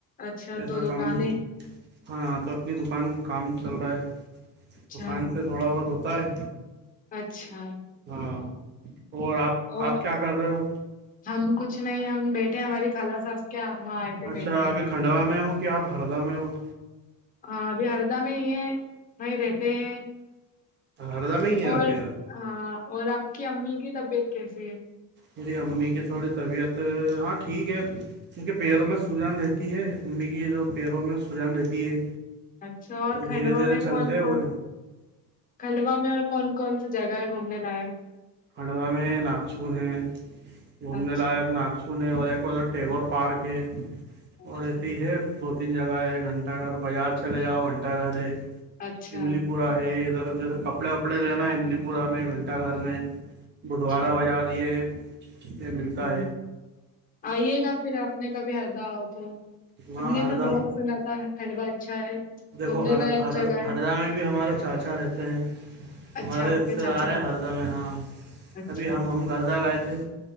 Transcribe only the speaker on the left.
اچھا
دو
دکانیں
اچھا
اچھا
اور
ہم کچھ نہیں ہم بیٹھے ہماری خال ساز کیا وہاں آئے تھے
بیٹھنے
ہاں ابھی ہردہ میں ہی ہے وہیں رہتے ہیں
اور
ہاں اور آپ کی امی کی طبیعت کیسی ہے
اچھا اور کھڈوا
میں
کون
کون کھڈوا میں اور کون کون سی جگہ ہے گھومنے لائق
اچھا
اچھا
اچھا
اچھا
ہوں
آئیے گا پھر آپ نے کبھی ہردا آؤ تو
ہم نے
تو بہت سناتا خلوا اچھا ہے گھومنے
لائق
جگہ
ہے
اچھا آپ
کے چاچا
رہتے
ہیں
اچھا